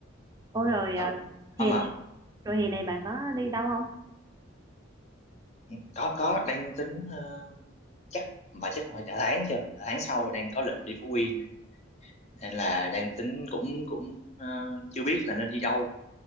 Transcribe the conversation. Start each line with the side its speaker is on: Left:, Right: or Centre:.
Right: ôi rồi à,
Left: ừ à
Right: hè
Left: mà
Right: này rồi hè này bạn có đi đâu không
Left: ừ, có có đang tính ờ, chắc mà chắc phải cả tháng chưa cả tháng sau đang có lịch đi Phú Yên này. nên là đang tính cũng cũng ờ, chưa biết là nên đi đâu